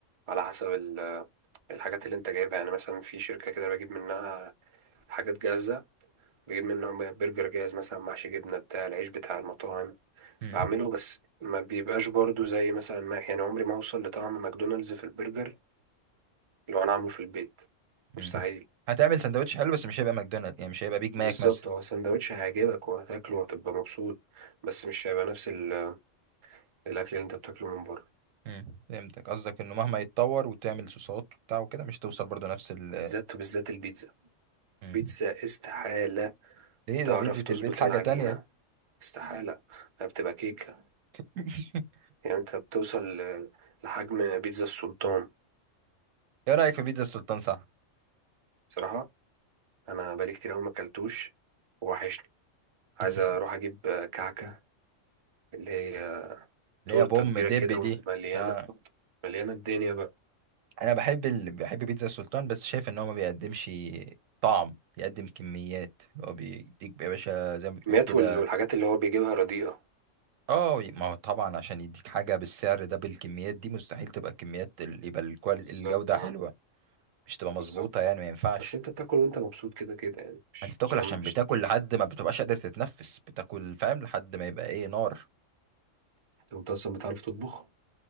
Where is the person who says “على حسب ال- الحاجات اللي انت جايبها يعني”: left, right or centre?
Right